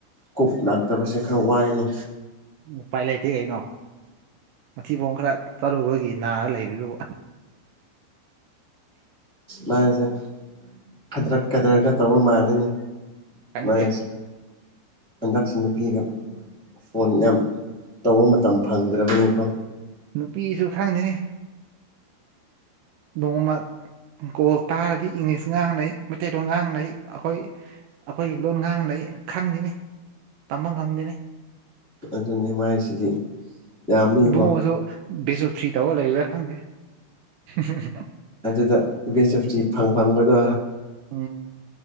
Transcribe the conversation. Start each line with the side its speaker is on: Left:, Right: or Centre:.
Centre: ꯀꯣꯛ ꯂꯥꯛꯇꯕꯁꯦ ꯈꯔ ꯋꯥꯏꯅꯤ
Right: ꯎꯄꯥꯏ ꯂꯩꯇꯦ ꯀꯩꯅꯣ ꯃꯊꯤꯕꯣꯡ ꯈꯔ ꯇꯔꯨꯕꯒꯤ ꯅꯥꯔ ꯂꯩꯕꯗꯨꯕꯨ
Centre: ꯃꯥꯁꯦ ꯈꯗ꯭ꯔꯛ ꯀꯥꯗꯔ ꯈꯥ ꯇꯧꯕ ꯃꯥꯜꯂꯤꯅꯦ
Right: ꯈꯪꯗꯦ
Centre: ꯃꯥꯟꯁꯤ ꯍꯟꯗꯛꯁꯤ ꯅꯨꯄꯤꯒ ꯐꯣꯟ ꯌꯥꯝ ꯇꯧꯕ ꯃꯇꯝ ꯐꯪꯗ꯭ꯔꯕꯅꯤꯀꯣ
Right: ꯅꯨꯄꯤꯁꯨ ꯈꯪꯗꯦꯅꯤ ꯅꯣꯡꯃ ꯀꯣꯜ ꯇꯥꯔꯗꯤ ꯏꯪꯂꯤꯁ ꯉꯥꯡꯅꯩ ꯃꯩꯇꯩꯂꯣꯟ ꯉꯥꯡꯅꯩ ꯑꯩꯈꯣꯏ ꯑꯩꯈꯣꯏꯒꯤ ꯂꯣꯟ ꯉꯥꯡꯅꯩ ꯈꯪꯗꯅꯤ ꯇꯝꯕ ꯉꯝꯗꯦꯅꯦ
Centre: ꯑꯗꯨꯅꯦ ꯃꯥꯏꯁꯤꯗꯤ ꯌꯥꯝꯃꯤꯀꯣ
Right: ꯏꯕꯨꯡꯉꯣꯁꯨ ꯕꯦꯁ ꯑꯣꯐ ꯊ꯭ꯔꯤ ꯇꯧꯔ ꯂꯩꯕ꯭ꯔꯥ ꯈꯪꯗꯦ <unintelligible>
Centre: ꯑꯗꯨꯗ ꯕꯦꯖ ꯑꯣꯐ ꯇꯤ ꯐꯪ ꯐꯪꯕꯗꯣ
Right: ꯎꯝ